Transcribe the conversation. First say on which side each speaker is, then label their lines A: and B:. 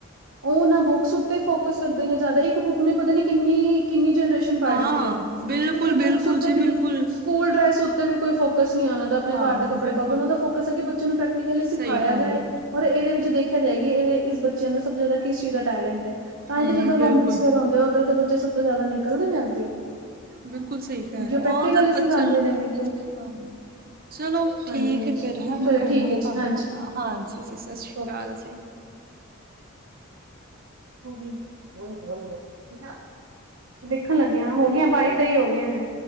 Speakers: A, on the right (about 80°); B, on the right (about 45°).
A: ਉਹ ਨਾ ਬੁੱਕਸ ਉੱਤੇ ਫੋਕਸ ਰੱਖਦੇ ਨੇ ਜ਼ਿਆਦਾ ਬੁੱਕ ਨੂੰ ਹੀ ਪਤਾ ਨੀ ਕਿੰਨੀ ਕਿੰਨੀ ਜਨਰੇਸ਼ਨ ਪੜ੍ਹ
B: ਹਾਂ
A: ਰਹੀ ਐ,
B: ਬਿਲਕੁਲ
A: ਠੀਕ ਐ
B: ਬਿਲਕੁਲ
A: ਬੁੱਕਸ ਉੱਤੇ
B: ਜੀ
A: ਵੀ ਨੇ
B: ਬਿਲਕੁਲ
A: ਸਕੂਲ ਡਰੈਸ ਉੱਤੇ ਵੀ ਕੋਈ ਫੋਕਸ ਨਹੀਂ ਉਨ੍ਹਾਂ ਦਾ ਆਪਣੇ
B: ਹਾਂ
A: ਘਰ ਦੇ ਕੱਪੜੇ
B: ਬਿਲਕੁਲ
A: ਪਾ ਕੇ ਉਹਨਾਂ ਦਾ ਫੋਕਸ ਹੈ ਕਿ ਬੱਚੇ ਨੂੰ ਪ੍ਰੈਕ ਕਲੀ ਸਿਖਾਇਆ
B: ਸਹੀ ਗੱਲ
A: ਜਾਏ।
B: ਏ
A: ਔਰ ਇਹਦੇ ਵਿੱਚ ਦੇਖਿਆ ਜਾਏਗੀ ਇਹ ਇਸ ਬੱਚਿਆਂ ਨੂੰ ਸਭ ਤੋਂ ਜ਼ਿਆਦਾ ਕਿਸ ਚੀਜ਼ ਦਾ ਟੈਲੈਂਟ ਹੈ। ਤਾਂ
B: ਹੂੰ
A: ਹੀ ਤਾਂ ਜਦੋਂ ਓਲੰਪਿਕ
B: ਬਿਲਕੁਲ
A: ਵਗੈਰਾ ਹੁੰਦੇ ਆ ਉੱਧਰ ਦੇ ਬੱਚੇ ਸਭ ਤੋਂ ਜ਼ਿਆਦਾ ਨਿਕਲਦੇ ਨੇ ਅੱਗੇ
B: ਬਿਲਕੁਲ ਸਹੀ ਕਹਿ
A: ਜੋ
B: ਰਹੇ
A: ਪ੍ਰੈਕਟੀਕਲੀ
B: ਹਾਂ ਜਦ ਬੱਚੇ
A: ਸਿਖਾਂਦੇ ਨੇ ਬਿਲਕੁਲ
B: <unintelligible> ਹਾਂ ਚਲੋ ਠੀਕ
A: ਹਾਂਜੀ-ਹਾਂਜੀ
B: ਹੈ, ਫਿਰ ਹੈ ਮੈਂ
A: ਚਲੋ
B: ਕਰਨੀ
A: ਠੀਕ ਹੈ
B: ਆਂ
A: ਜੀ
B: ਤੁਹਾਨੂੰ
A: ਹਾਂਜੀ-ਹਾਂਜੀ
B: ਹਾਂਜੀ ਜੀ, ਸਸ਼੍ਰੀ
A: ਓਕੇ।
B: ਕਾਲ ਜੀ।
A: ਓਕੇ <unintelligible> ਵੇਖਣ ਲੱਗਿਆ ਹੋ ਗਿਆ ਬਾਈ ਤੇਈ ਹੋ ਗਿਆ ਨੇ।